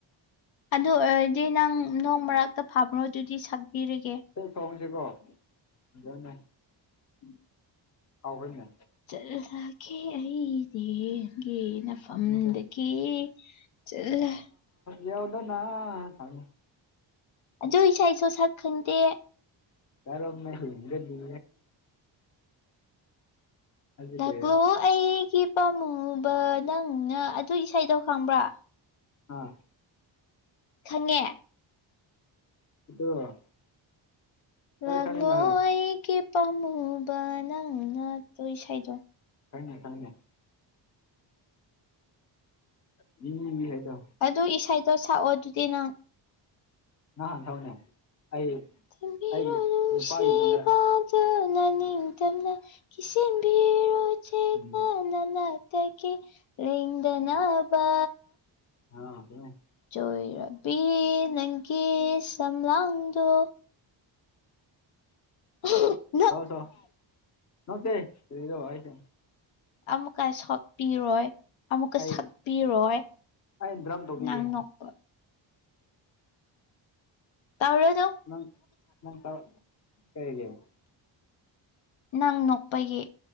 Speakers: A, on the left; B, on the left.
A: ꯑꯗꯨ ꯑꯣꯏꯔꯗꯤ ꯅꯪ ꯅꯣꯡ ꯃꯔꯛꯇ ꯐꯥꯕ꯭ꯔꯣ ꯑꯗꯨꯗꯤ ꯁꯛꯄꯤꯔꯒꯦ
B: ꯁꯦꯠ ꯁꯣꯡꯖꯦꯀꯣ <unintelligible>
A: <unintelligible>
B: ꯍꯥꯎꯕ꯭ꯔꯥꯅꯦ
A: ꯆꯠꯂꯒꯦ ꯑꯩꯗꯤ ꯅꯡꯒꯤ ꯅ ꯐ ꯐꯝꯗꯒꯤ
B: ꯅꯠꯇꯦ
A: ꯆ ꯂ
B: ꯌꯎꯗꯣꯅ <unintelligible>
A: ꯑꯗꯨ ꯏꯁꯩ ꯁꯨ ꯁꯛ ꯈꯪꯗꯦ
B: ꯀꯔꯝꯅ ꯍꯤꯡꯒꯅꯤ ꯑꯗꯨ
A: ꯂꯥꯛꯂꯣ
B: ꯀꯩꯔꯥ
A: ꯑꯩꯒꯤ ꯄꯥꯝꯃꯨꯕ ꯅꯪꯅ ꯑꯗꯨ ꯏꯁꯩꯗꯣ ꯈꯪꯕ꯭ꯔꯥ
B: ꯑꯥ
A: ꯈꯪꯉꯦ
B: <unintelligible> ꯍꯣꯏ
A: ꯂꯥꯛꯂꯣ
B: ꯈꯪꯉꯦꯅꯦ ꯍꯣꯏ
A: ꯑꯩꯒꯤ ꯄꯥꯝꯃꯨꯕ ꯅꯪꯅꯠꯇꯣ ꯏꯁꯩꯗꯣ
B: ꯈꯪꯉꯦ ꯈꯪꯉꯤꯅꯦ ꯃꯤ ꯍꯥꯏꯗꯣ
A: ꯑꯗꯨ ꯏꯁꯩꯗꯣ ꯁꯛꯑꯣ ꯑꯗꯨꯗꯤ ꯅꯪ
B: ꯉꯥ ꯍꯥꯟꯅ ꯁꯛꯎꯅꯦ ꯑꯩ
A: ꯊꯦꯝꯕꯤꯔꯣ
B: ꯑꯩꯒꯤ
A: ꯅꯨꯡꯁꯤꯕ
B: ꯅꯨꯄꯥꯒꯤ ꯃꯇꯨꯡꯗ
A: ꯇ ꯅꯅꯤꯡꯇꯝꯅ ꯀꯤꯁꯦꯝꯕꯤꯔꯣ ꯆꯦꯛꯅ
B: ꯎꯝ
A: ꯅꯥꯅꯥꯛ ꯇꯒꯤ ꯂꯦꯡꯗꯅꯥꯕ
B: ꯍ ꯀꯣ <unintelligible>
A: ꯆꯣꯏꯔꯕꯤ ꯅꯪꯒꯤ ꯁꯝꯂꯥꯡꯗꯣ <unintelligible>
B: ꯁꯛꯑꯣ ꯁꯛꯑꯣ ꯅꯣꯛꯇꯦ ꯀꯔꯤꯔꯣ ꯑꯩ ꯁꯨꯝ
A: ꯑꯃꯨꯛꯀ ꯁꯣꯛꯄꯤꯔꯣꯏ ꯑꯃꯨꯛꯀ
B: ꯑꯩ
A: ꯁꯛꯄꯤꯔꯣꯏ
B: ꯑꯩ ꯗ꯭ꯔꯝ ꯇꯧꯕꯤꯒꯦ
A: ꯅꯪ ꯅꯣꯛꯄ ꯇꯧꯔꯗꯨ
B: ꯅꯪ ꯅꯪ ꯇ ꯀꯩꯒꯤ
A: ꯅꯪ ꯅꯣꯛꯄꯒꯤ